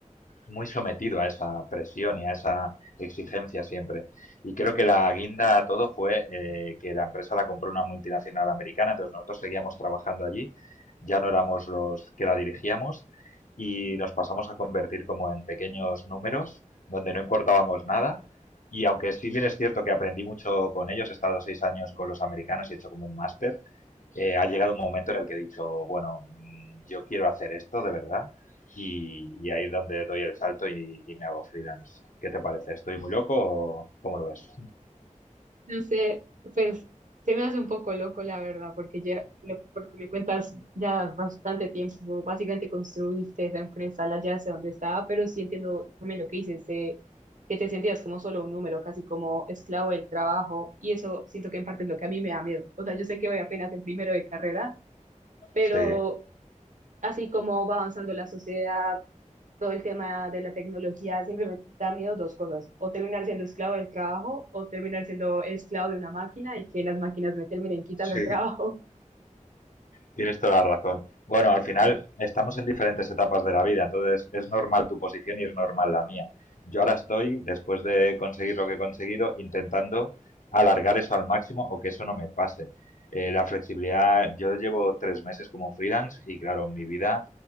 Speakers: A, on the left (about 80°); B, on the right (about 75°).
A: muy sometido a esa presión y a esa exigencia siempre. Y creo que la guinda a todo fue eh, que la empresa la compró una multinacional americana, entonces nosotros seguíamos trabajando allí, ya no éramos los que la dirigíamos y nos pasamos a convertir como en pequeños números donde no importábamos nada. Y aunque sí bien es cierto que aprendí mucho con ellos, he estado seis años con los americanos y he hecho como un máster, eh, ha llegado un momento en el que he dicho, bueno, mm, yo quiero hacer esto de verdad y, y ahí es donde doy el salto y, y me hago freelance. ¿Qué te parece? ¿Estoy muy loco o cómo lo ves?
B: No sé, pues se me hace un poco loco, la verdad, porque ya, lo, porque me cuentas ya bastante tiempo, básicamente construiste esa empresa, la ya sé dónde estaba, pero sí entiendo también lo que dices, de que te sentías como solo un número, casi como esclavo del trabajo, y eso siento que en parte es lo que a mí me da miedo. O sea, yo sé que voy apenas en primero de carrera, pero
A: Sí,
B: así como va avanzando la sociedad, todo el tema de la tecnología siempre me da miedo dos cosas, o terminar siendo esclavo del trabajo o terminar siendo esclavo de una máquina y que las máquinas me terminen quitando
A: sí.
B: el trabajo. <laughs>
A: Tienes toda la razón. Bueno, al final estamos en diferentes etapas de la vida, entonces es normal tu posición y es normal la mía. Yo ahora estoy, después de conseguir lo que he conseguido, intentando alargar eso al máximo o que eso no me pase. Eh, la flexibilidad, yo llevo tres meses como freelance y claro, mi vida